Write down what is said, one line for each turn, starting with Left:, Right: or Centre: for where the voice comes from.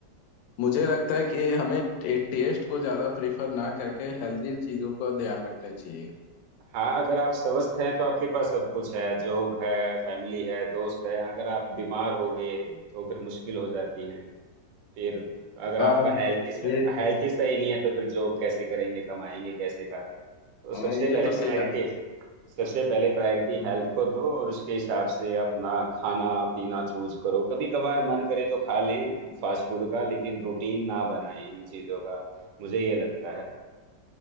Left: मुझे लगता है कि हमें टे, टेस्ट को ज्यादा प्रेफर ना करके हेल्दी चीजों का ध्यान रखना चाहिए
Right: हाँ अगर आप स्वस्थ हैं तो आपके पास सब कुछ है जॉब है फैमिली है दोस्त है अगर आप बीमार हो गए तो फिर मुश्किल हो जाती है फिर अगर
Left: आ,
Right: आपका हेल्थ ही
Left: ये,
Right: हेल्थ ही सही नहीं है तो फिर जॉब कैसे करेंगे कमाएंगे कैसे का तो सबसे
Left: हाँ, ये
Right: पहले
Left: तो सही
Right: प्रायोरिटी
Left: कहा है
Right: सबसे पहले प्रायोरिटी
Left: हम्म
Right: हेल्थ
Left: हम्म।
Right: को दो और उसके हिसाब से अपना खाना पीना चूज करो कभी कभार मन करे तो खा लें फास्ट फूड का लेकिन रूटीन ना बनाएं इन चीजों का मुझे ये लगता है